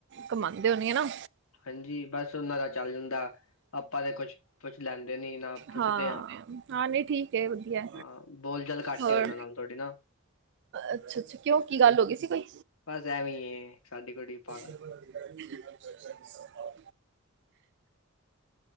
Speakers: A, on the right (about 55°); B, on the left (about 70°).
A: ਕਮਾੰਦੇ ਹੋਣਗੇ ਨਾ?
B: ਹਾਂਜੀ ਹਾਂਜੀ, ਬਸ ਓਨਾ ਦਾ ਚੱਲ ਜਾਂਦਾ। ਆਪਾਂ ਤੇ ਕੁਛ ਪੁੱਛ ਲੈਂਦੇ ਨੀ ਨਾ ਪੁੱਛਦੇ
A: ਹਾਂ। ਹਾਂ ਨਹੀਂ ਠੀਕ ਏ, ਵਧੀਐ।
B: ਹਾਂ ਬੋਲ ਚਾਲ ਘੱਟ
A: ਹੋਰ
B: ਹੀ ਉਹਨਾਂ ਨਾਲ ਤੁਹਾਡੀ ਨਾ
A: ਅੱਛਾ- ਅੱਛਾ। ਕਿਓਂ ਕੀ ਗੱਲ ਹੋ ਗਈ ਸੀ ਕੋਈ?
B: ਬਸ ਐਵੇਂ ਏ ਸਾਡੀ ਕੁੜੀ ਪਾਗਲ
A: ਹੂ ਸਤ ਸ਼ੀ ਅਕਾਲ।